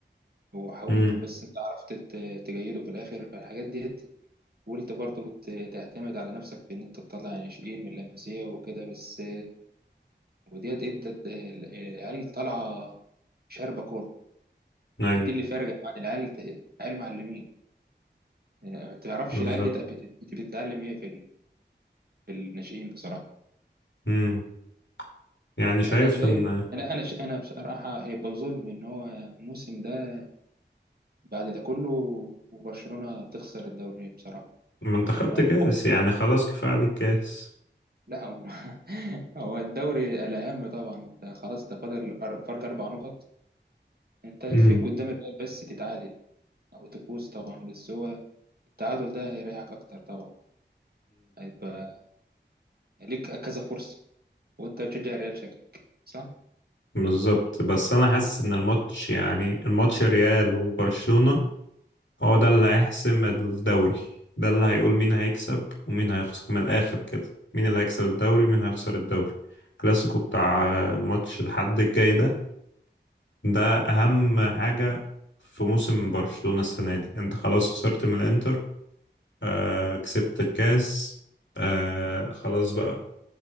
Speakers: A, on the right (about 55°); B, on the left (about 80°).
A: وحاولت
B: امم
A: بس انت عرفت ت- تجيده في الاخر فالحاجات ديت وانت برضو ت- تعتمد على نفسك في ان انت تطلع ناشئين من لاماسيا وكده بس وديت ادت العيال طالعه شاربه كوره
B: اي
A: دي اللي فارقه عن العيال العيال معلمين آه، ما تعرفش
B: بالظبط
A: العيال دي بت- بت- بتتعلم ايه في ال- في الناشئين بصراحه
B: امم يعني شايف
A: انا شايف
B: ان
A: لا انا ش... انا بصراحه هيبقى ظلم ان هو الموسم ده بعد ده كله وبرشلونه تخسر الدوري بصراحه
B: ما انت
A: يعني
B: خدت كاس
A: أنا-
B: يعني خلاص كفاية عليك كاس
A: لا هم <laughs> هو الدوري الاهم طبعا انت خلاص ده فاضل أر- فرق اربع نقط انت يكفيك
B: امم
A: قدام الريال بس تتعادل او تفوز طبعا بس هو التعادل ده هيريحك اكتر طبعا هيبقى ليك كذا فرصه وانت بتشجع الريال شكلك صح
B: بالظبط بس انا حاسس ان الماتش يعني الماتش ريال وبرشلونة هو ده اللي هيحسم الدوري ده اللي هيقول مين هيكسب ومين هيخسر من الاخر كده مين اللي هيكسب الدوري مين هيخسر الدوري الكلاسيكو بتاع ماتش الحد الجاي ده ده اهم حاجة في موسم برشلونة السنة دي انت خلاص خسرت من الانتر آه كسبت الكاس آه خلاص بقى